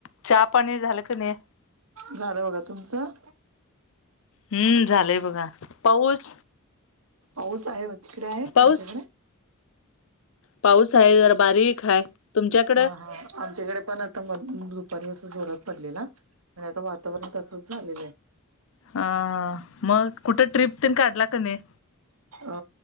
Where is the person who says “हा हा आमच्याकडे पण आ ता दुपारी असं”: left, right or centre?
Right